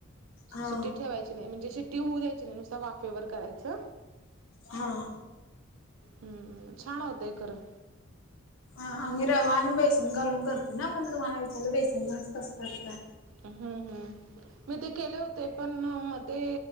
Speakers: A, on the left (about 80°); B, on the right (about 80°).
A: हा
B: शिट्टी ठेवायची नाही, म्हणजे शिट्टी होऊ द्यायची नाही, नुसता वाफेवर करायचं.
A: हां.
B: हम्म छान होतंय खरं
A: हां आणि रवा आणि बेसन घालून करतो ना मण तुम्हाला च्याला बेसना नाय कसं करता?
B: हम्म, हम्म, मी ते केले होते. ते पण म ते